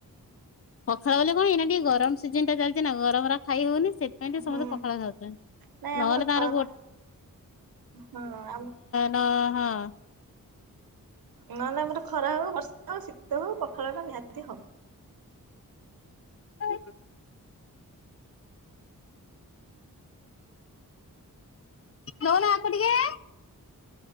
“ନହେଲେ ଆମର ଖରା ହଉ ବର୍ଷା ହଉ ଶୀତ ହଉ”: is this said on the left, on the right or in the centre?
Right